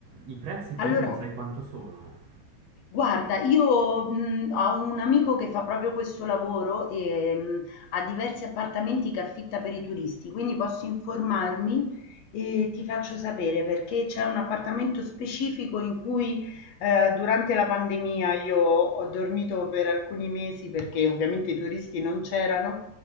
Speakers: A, on the right (about 60°); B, on the left (about 60°).
A: i prezzi più
B: Allora,
A: o meno sai quanto sono?
B: Guarda, io, mhmm, ho un amico che fa proprio questo lavoro, ehm, ha diversi appartamenti che affitta per i turisti, quindi posso informarmi e ti faccio sapere, perché c'è un appartamento specifico in cui, ehm, durante la pandemia io ho dormito per alcuni mesi perché ovviamente i turisti non c'erano,